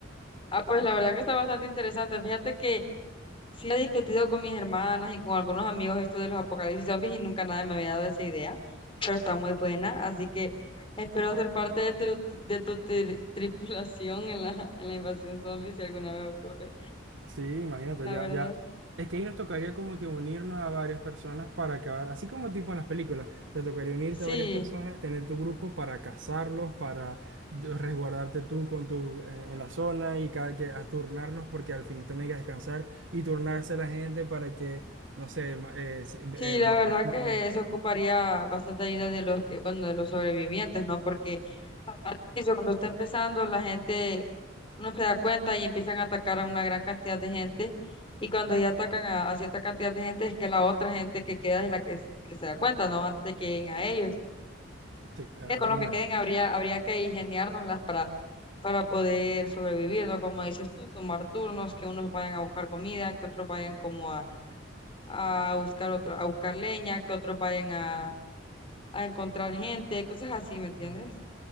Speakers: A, on the left; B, on the right.
A: Ah, pues la verdad que está bastante interesante. Fíjate que sí he discutido con mis hermanas y con algunos amigos esto de los apocalipsis zombies y nunca nadie me había dado esa idea, pero está muy buena, así que espero ser parte de tu, de tu tri- tripulación en la, en la invasión zombie si alguna vez ocurre,
B: Sí, imagínate,
A: la
B: ya,
A: verdad.
B: ya. Es que ahí nos tocaría como que unirnos a varias personas para acabar, así como tipo en las películas, te tocaría unirte
A: Sí,
B: a varias personas, tener tu grupo para cazarlos, para de- resguardarte tú con tu, en, en la zona y cada que a turnarnos porque al fin también hay que descansar y turnarse la gente para que, no sé, ma- eh, si- eh,
A: sí, la
B: matemos.
A: verdad que eso ocuparía bastante ayuda de los que, bueno, de los sobrevivientes, ¿no? Porque al inicio, cuando está empezando, la gente no se da cuenta y empiezan a atacar a una gran cantidad de gente. Y cuando ya atacan a, a cierta cantidad de gente, es que la otra gente que queda es la que, se- que se da cuenta, ¿no? Antes de que lleguen a ellos.
B: Sí, así
A: Con los
B: mismo
A: que queden habría, habría que ingeniárnoslas para, para poder sobrevivir, ¿no? Como dices tú, tomar turnos, que unos vayan a buscar comida, que otros vayan como a, a buscar otra, a buscar leña, que otros vayan a, a encontrar gente, cosas así, ¿me entiendes?
B: es.